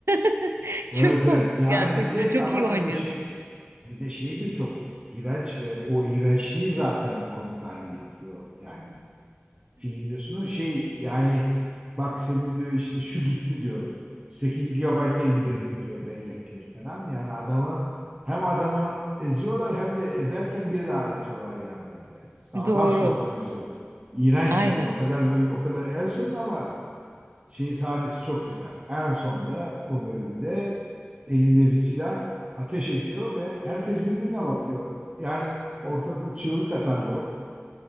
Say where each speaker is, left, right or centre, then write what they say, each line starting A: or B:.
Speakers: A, on the right; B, on the right.
A: <laughs>
B: Evet
A: Çok
B: evet
A: komikti
B: yani
A: gerçekten.
B: bir de
A: Çok
B: ama
A: iyi oynuyordu.
B: tabii şey bir de şey de çok iğrenç ve o iğrençliği zaten komik hale getiriyor yani filmde sunuyor şey yani bak senin diyor işte şu gitti diyor 8 gigabayta indirdim diyor bellekleri falan yani adamı hem adamı eziyorlar hem de ezerken bir daha eziyorlar yani böyle sağdan
A: <laughs> Doğru.
B: soldan eziyorlar. İğrenç
A: Aynen.
B: yani o kadar büyük o kadar en sonunda ama şey sahnesi çok güzel. En sonda o bölümde elinde bir silah ateş ediyor ve herkes birbirine bakıyor. Yani ortalıkta çığlık atan yok,